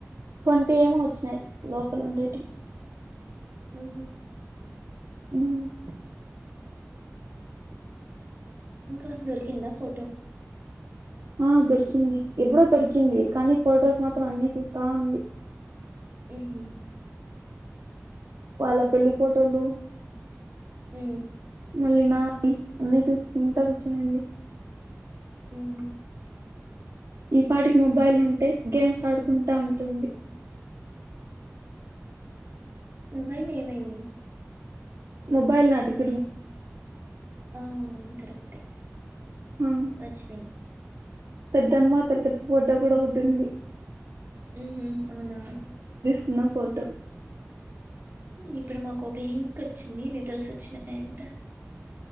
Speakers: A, on the right; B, on the right.
A: ట్వంటీ ఏమో వచ్చినయి లోపలుండేటి
B: ఉ హ్
A: మ్
B: ఇంకా దొరికిందా ఫోటో
A: ఆ దొరికింది. ఎప్పుడో దొరికింది కానీ ఫొటోస్ మాత్రం అన్ని చూస్తా ఉంది.
B: మ్ హ్
A: వాళ్ళ పెళ్లి ఫోటోలు
B: మ్
A: మళ్ళీ నాయి అన్నీ చూసుకుంటా కూర్చునింది.
B: మ్
A: ఈ పాటికి మొబైల్ ఉంటే గేమ్స్ ఆడుకుంటా ఉంటుంది.
B: మొబైల్ ఏమైంది?
A: మొబైల్ నా ద
B: అవున్ కరెక్టే
A: ఆ
B: మర్చిపోయిన
A: పెద్దమ్మ పెద్దప్ ఫోటో కూడా ఒకటుంది.
B: మ్ హ్ అవునా
A: కున్న ఫోటో
B: ఇప్పుడు మాక్ ఒక లింక్ వచ్చింది రిజల్ట్స్ వచ్చినాయంట.